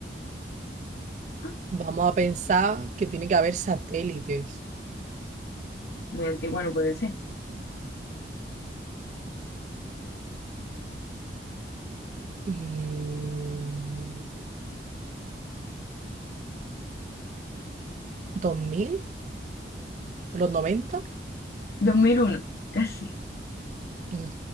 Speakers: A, on the left; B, on the right.
A: Ah,
B: Vamos a pensar que tiene que haber satélites.
A: muy antiguo no puede ser.
B: Mm, ¿2000? ¿Los noventa
A: 2001, casi.
B: Mm,